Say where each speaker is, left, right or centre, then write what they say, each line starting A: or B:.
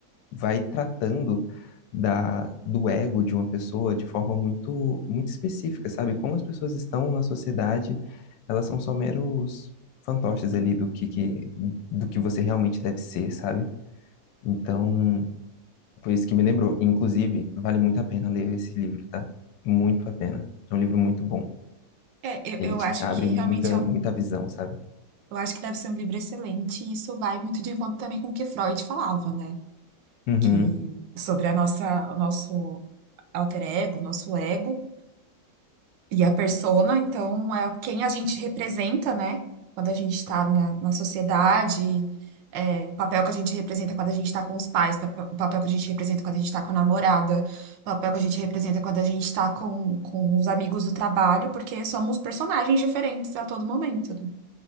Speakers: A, on the left (about 80°); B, on the right (about 75°).
A: vai tratando da, do ego de uma pessoa de forma muito, muito específica, sabe? Como as pessoas estão na sociedade, elas são só meros fantoches ali do que, que, do que você realmente deve ser, sabe? Então, foi isso que me lembrou. Inclusive, vale muito a pena ler esse livro, tá? Muito a pena. É um livro muito bom.
B: É, eu,
A: Ele
B: eu
A: te
B: acho
A: abre
B: que realmente
A: muita,
B: é um
A: muita visão, sabe?
B: Eu acho que deve ser um livro excelente, e isso vai muito de encontro também com o que Freud falava, né?
A: Uhum.
B: Que sobre a nossa, o nosso alter ego, o nosso ego e a persona, então é quem a gente representa, né? Quando a gente está na, na sociedade, é, o papel que a gente representa quando a gente está com os pais, pa- o papel que a gente representa quando a gente está com a namorada, o papel que a gente representa quando a gente está com, com os amigos do trabalho, porque somos personagens diferentes a todo momento, né?